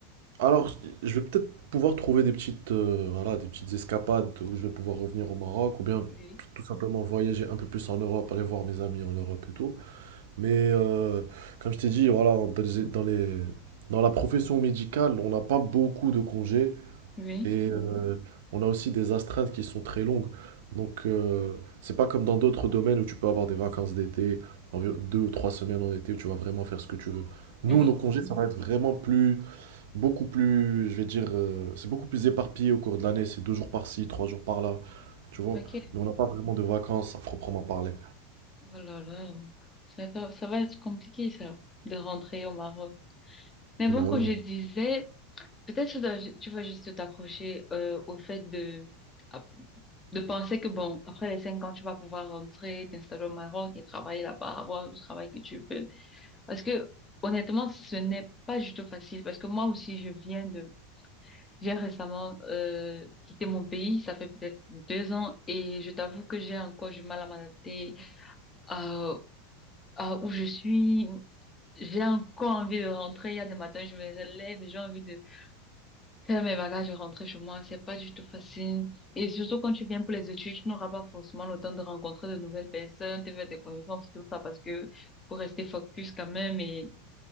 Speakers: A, on the right; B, on the left.
A: Alors, je vais peut-être pouvoir trouver des petites, euh, voilà, des petites escapades où je vais pouvoir revenir au Maroc ou bien
B: Oui.
A: tout simplement voyager un peu plus en Europe, aller voir mes amis en Europe et tout. Mais euh, comme je t'ai dit, voilà, dans les, dans les- dans la profession médicale, on n'a pas beaucoup de congés
B: Oui,
A: et euh, on a aussi des astreintes qui sont très longues. Donc, euh, c'est pas comme dans d'autres domaines où tu peux avoir des vacances d'été, environ deux ou trois semaines en été où tu vas vraiment faire ce que tu veux. Nous,
B: oui.
A: nos congés, ça va être vraiment plus beaucoup plus, je vais dire, euh, c'est beaucoup plus éparpillé au cours de l'année. C'est deux jours par-ci, trois jours par-là, tu vois.
B: Ok.
A: Mais on n'a pas vraiment de vacances à proprement parler.
B: Oh là là. Ça va, ça va être compliqué, ça, de rentrer au Maroc. Mais
A: Bah
B: bon, comme
A: oui.
B: je disais, peut-être tu dois, tu vas juste t'accrocher euh, au fait de, à- de penser que, bon, après les cinq ans, tu vas pouvoir rentrer, t'installer au Maroc et travailler là-bas, avoir le travail que tu veux. Parce que, honnêtement, ce n'est pas du tout facile. Parce que moi aussi, je viens de... J'ai récemment euh, quitté mon pays, ça fait peut-être deux ans, et je t'avoue que j'ai encore du mal à m'adapter à, à où je suis. J'ai encore envie de rentrer. Il y a des matins, je me lève et j'ai envie de Faire mes bagages et rentrer chez moi, c'est pas du tout facile. Et surtout quand tu viens pour les études, tu n'auras pas forcément le temps de rencontrer de nouvelles personnes, de faire des connaissances et tout ça parce que faut rester focus quand même et